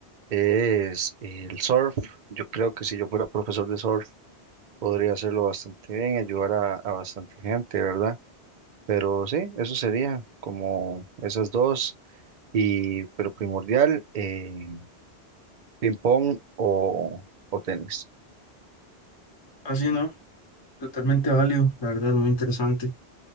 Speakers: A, on the right; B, on the left.
A: es el surf. Yo creo que si yo fuera profesor de surf, podría hacerlo bastante bien, ayudar a, a bastante gente, ¿verdad? Pero sí, eso sería como esas dos, y, pero primordial, eh, ping pong o, o tenis.
B: Así, ¿no? Totalmente válido, la verdad, muy interesante.